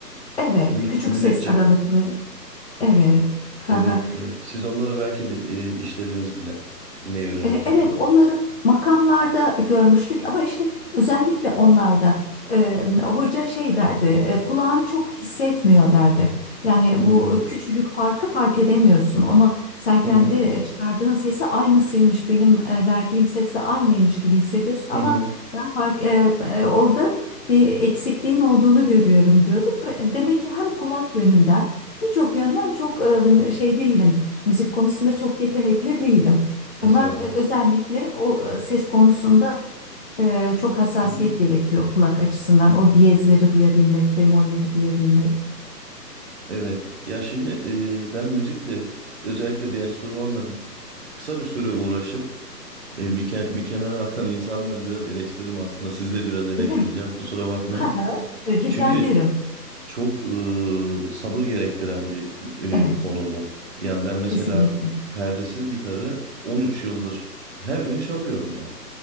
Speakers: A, on the left (about 40°); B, on the right (about 40°).
A: Evet.
B: Mün,
A: Küçük
B: müneccef.
A: ses aralıkları. Evet. Ha
B: Evet,
A: ha.
B: evet. Siz onları belki de, e, işlediniz bile. Ne öğrenirken.
A: E, Evet, onları makamlarda görmüştük ama işte özellikle onlarda e, hoca şey derdi, e, kulağın çok hissetmiyor derdi. Yani
B: Hı hı.
A: bu küçücük farkı fark edemiyorsun. Onu sen kendi
B: Hı hı.
A: çıkardığın sesi aynısıymış benim e, verdiğim sesle aynıymış gibi hissediyorsun ama
B: Hı hı.
A: ben fark e, e, orada bir eksikliğin olduğunu görüyorum diyordu. Be- Demek ki hem kulak yönünden birçok yönden çok e, şey değilim. Müzik konusunda çok yetenekli değilim.
B: Estağfurullah.
A: Onlar e, özellikle o e, ses konusunda e, çok hassasiyet
B: Hı hı.
A: gerekiyor kulak açısından. O diyezleri duyabilmek, bemolleri duyabilmek.
B: Evet. Ya şimdi e, ben müzikle özellikle bir enstrümanla kısa bir süre uğraşıp e, bir, ke- bir kenara atan insanları biraz eleştiririm aslında. Siz de biraz eleştireceğim.
A: Öyle mi?
B: Kusura bakmayın.
A: Ha, ha. E, Rica
B: Çünkü
A: ederim.
B: çok e, sabır gerektiren bir
A: Evet,
B: e, konu bu. Yani ben mesela
A: kesinlikle.
B: perdesiz gitarı 13 yıldır her gün çalıyorum ben.